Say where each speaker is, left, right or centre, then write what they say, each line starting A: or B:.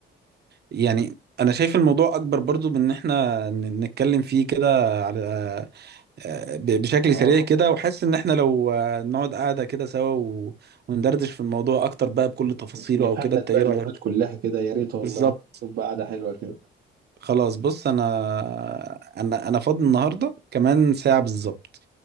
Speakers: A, on the right; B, on the right.
A: يعني أنا شايف الموضوع أكبر برضو من إن إحنا ن- نتكلم فيه كده على آه، ب- بشكل
B: اه
A: سريع كده وحاسس إن إحنا لو آه، نقعد قاعدة كده سوا و... وندردش في الموضوع أكتر بقى بكل تفاصيله
B: نفند
A: أو كده أنت
B: بقى
A: إيه
B: البنود
A: رأيك؟
B: كلها كده يا ريت والله
A: بالظبط
B: تبقى قاعده حلوه كده
A: خلاص بص أنا أنا أنا فاضي النهاردة كمان ساعة بالظبط